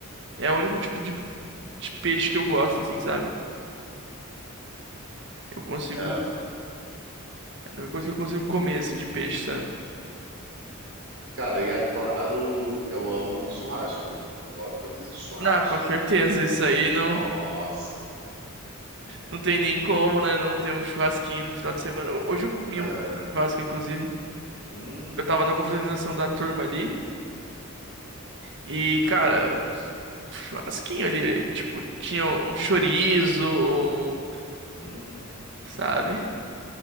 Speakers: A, on the right; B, on the right.
A: é o único tipo de, de peixe que eu gosto, assim, sabe? Eu consigo,
B: É.
A: é a única coisa que eu consigo comer assim de peixe, sabe?
B: Cara, e é claro, eu amo churrasco. Adoro um rodízio de churrasco.
A: Ah, com certeza, isso aí não
B: Nossa.
A: Não tem nem como, né? Não ter um churrasquinho no final de semana. Ho- Hoje eu comi
B: É.
A: um churrasco, inclusive.
B: Hum,
A: Eu tava na confraternização da turma ali. E, cara, churrasquinho ali. Tipo, tinha um
B: é,
A: um chorizo, um-
B: hum.
A: sabe?